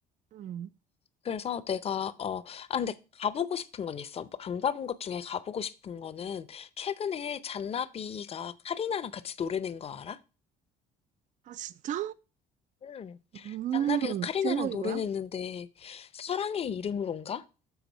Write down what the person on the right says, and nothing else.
음.
아 진짜?
음.
제목이
뭐야?